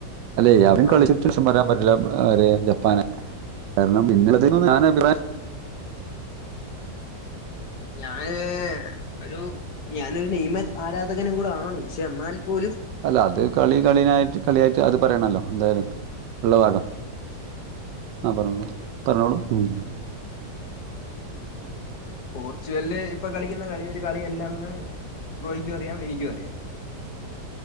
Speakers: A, on the right; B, on the left.
A: അല്ലെ അവരും
B: ആഹ്
A: കളിച്ചിട്ട് <unintelligible> പറയാൻ പറ്റില്ല ആരെ ജപ്പാനെ കാരണം ഇന്നലതിന് ഞാൻ അഭിപ്രായം
B: ഞാന് ഒരു ഞാനൊരു നെയ്മൻ ആരാധകനും കൂടെ ആണ് പക്ഷെ എന്നാൽ പോലും
A: അല്ല അത് കളി കളിനായിട്ട് കളിയായിട്ട് അത് പറയണല്ലോ എന്തായാലും ഇള്ള ഭാഗം ആഹ് പർഞ്ഞോളൂ പറഞ്ഞോളൂ ഉം
B: പോർച്ചുഗല്ല് ഇപ്പ കളിക്കുന്ന കളി ഒരു കളി അല്ലന്ന് ബ്രോയ്ക്കും അറിയാം എനിക്കും അറിയാം